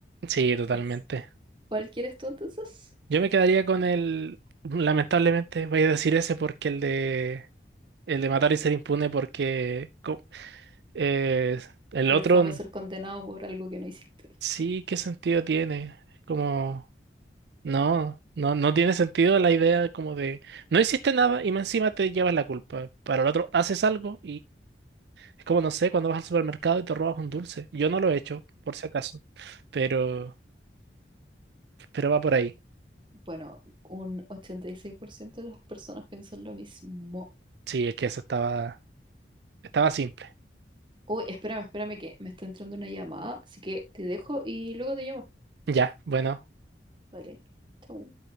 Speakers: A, on the right; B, on the right.
A: sí, totalmente.
B: Así. ¿Cuál quieres tú entonces?
A: Yo me quedaría con el, lamentablemente voy a decir ese porque el de, el de matar y ser impune porque co- eh, el
B: Refuame
A: otro,
B: ser condenado por algo que no hiciste.
A: sí, ¿qué sentido tiene? Como, no, no, no tiene sentido la idea como de, no hiciste nada y más encima te llevas la culpa. Para el otro, haces algo Es como, no sé, cuando vas al supermercado y te robas un dulce. Yo no lo he hecho, por si acaso, pero, pero va por ahí.
B: Bueno, un 86% de las personas piensan lo mismo.
A: Sí, es que eso estaba, estaba simple.
B: Uy, espérame, espérame que me está entrando una llamada, así que te dejo y luego te llamo.
A: Ya, bueno.
B: Vale, chau.